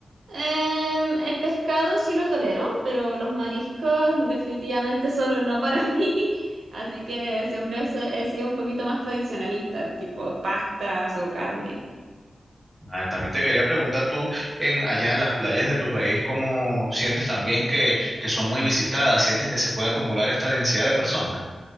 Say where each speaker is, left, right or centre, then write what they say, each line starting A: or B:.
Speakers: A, on the right; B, on the right.
A: Em, el pescado sí lo tolero, pero los mariscos <laughs> definitivamente son un no para <laughs> mí. Así que siempre so- he sido un poquito más tradicionalista, tipo pastas o carne.
B: Ah, también te quería preguntar tú, en, allá en las playas de tu país, ¿cómo sientes también que, que son muy visitadas? ¿Sientes que se puede acumular esta densidad de personas?